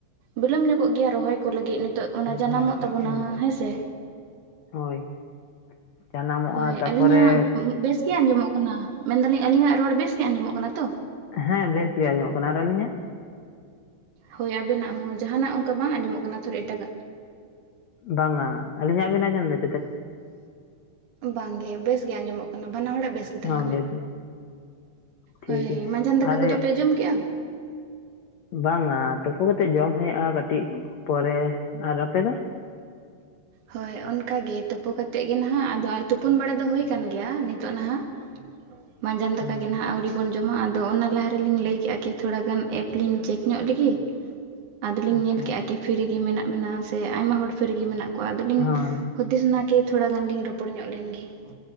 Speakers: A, on the right; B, on the left.
A: ᱵᱤᱞᱚᱢ ᱧᱚᱜᱚᱜ ᱜᱮᱭᱟ ᱨᱚᱦᱚᱭ ᱠᱚ ᱞᱟᱹᱜᱤᱫ, ᱱᱤᱛᱚᱜ ᱚᱱᱟ ᱡᱟᱱᱟᱢᱚᱜ
B: ᱦᱳᱭ
A: ᱛᱟᱵᱚᱱᱟ,
B: ᱦᱩᱸ
A: ᱦᱮᱸᱥᱮ᱾
B: ᱦᱳᱭ ᱡᱟᱱᱟᱢᱚᱜᱼᱟ
A: ᱦᱳᱭ,
B: ᱛᱟᱯᱚᱨᱮ
A: ᱟᱹᱞᱤᱧᱟᱜ ᱵᱮᱥ ᱜᱮ ᱟᱸᱡᱚᱢᱚᱜ ᱠᱟᱱᱟ? ᱢᱮᱱ ᱫᱟᱞᱤᱧ ᱟᱹᱞᱤᱧᱟᱜ ᱨᱚᱲ ᱵᱮᱥᱜᱮ ᱟᱸᱡᱚᱢᱚᱜ ᱠᱟᱱᱟ ᱛᱚ?
B: ᱦᱮᱸ ᱵᱮᱥ ᱜᱮ ᱟᱸᱡᱚᱢᱚᱜ ᱠᱟᱱᱟ ᱟᱨ ᱟᱞᱤᱧᱟᱜ?
A: ᱦᱳᱭ ᱟᱵᱮᱱᱟᱜ ᱦᱚᱸ, ᱡᱟᱦᱟᱱᱟᱜ ᱚᱱᱠᱟ ᱵᱟᱝ ᱟᱸᱡᱚᱢᱚᱜ ᱠᱟᱱᱟ ᱛᱷᱚᱨ ᱮᱴᱟᱜᱟᱜ?
B: ᱵᱟᱝᱼᱟ! ᱟᱞᱤᱧᱟᱜ ᱵᱤᱱ ᱟᱸᱡᱚᱢ ᱫᱟ?
A: ᱵᱟᱝ ᱜᱮ! ᱵᱮᱥ ᱜᱮ ᱟᱸᱡᱚᱢᱚᱜ᱾ ᱵᱟᱱᱟ ᱦᱚᱲᱟᱜ ᱵᱮᱥ ᱜᱮ ᱛᱟᱞᱟᱝᱼᱟ,
B: ᱦᱚᱸ ᱵᱮᱥ ᱜᱮ ᱴᱷᱤᱠ
A: ᱦᱳᱭ
B: ᱜᱮᱭᱟ
A: ᱢᱟᱡᱟᱱ ᱫᱟᱠᱟ
B: ᱟᱨ
A: ᱠᱚᱫᱚ ᱯᱮ ᱡᱚᱢ ᱠᱮᱜᱼᱟ?
B: ᱵᱟᱝᱼᱟ! ᱛᱩᱯᱩ ᱠᱟᱛᱮᱜ ᱡᱚᱢ ᱦᱩᱭᱩᱜᱼᱟ, ᱠᱟᱴᱤᱡ ᱯᱚᱨᱮ ᱟᱨ ᱟᱯᱮ ᱫᱚ?
A: ᱦᱳᱭ ᱚᱱᱠᱟ ᱜᱮ ᱛᱩᱯᱩ ᱠᱟᱛᱮᱫ ᱜᱮ ᱱᱟᱦᱟᱜ, ᱟᱫᱚ ᱛᱩᱯᱩᱱ ᱵᱟᱲᱟ ᱫᱚ ᱦᱳᱭ ᱠᱟᱱ ᱜᱮᱭᱟ, ᱱᱤᱛᱚᱜ ᱱᱟᱦᱟᱜ᱾
B: <unintelligible>
A: ᱢᱟᱸᱡᱟᱱ
B: ᱦᱚᱸ
A: ᱫᱟᱠᱟ ᱜᱮ ᱱᱟᱦᱟᱜ ᱟᱹᱣᱨᱤ ᱵᱚᱱ ᱡᱚᱢᱟ, ᱟᱫᱚ ᱚᱱᱟ ᱞᱟᱦᱟ ᱨᱮᱞᱤᱧ ᱞᱟᱹᱭᱠᱮᱜᱼᱟ ᱠᱤ ᱛᱷᱚᱲᱟ ᱜᱟᱱ ᱮᱯ ᱞᱤᱧ ᱪᱮᱠ ᱧᱚᱜ ᱞᱮᱜᱮ᱾ ᱟᱫᱚᱞᱤᱧ
B: ᱟᱪᱪᱷᱟ
A: ᱧᱮᱞ ᱠᱮᱜᱼᱟ ᱠᱤ ᱯᱷᱤᱨᱤ ᱜᱮ ᱢᱮᱱᱟᱜ ᱵᱮᱱᱟ ᱥᱮ ᱟᱭᱢᱟ ᱦᱚᱲ ᱯᱷᱤᱨᱤᱜᱤ ᱢᱮᱱᱟᱜ ᱠᱚᱣᱟ᱾ ᱟᱫᱚᱞᱤᱧ
B: ᱦᱳᱭ
A: ᱦᱩᱫᱤᱥ ᱱᱟ- ᱠᱤ ᱛᱷᱚᱲᱟ ᱜᱟᱱ ᱞᱤᱧ ᱨᱚᱯᱚᱲ ᱧᱚᱜ ᱞᱮᱱ ᱜᱮ᱾ <inaudible>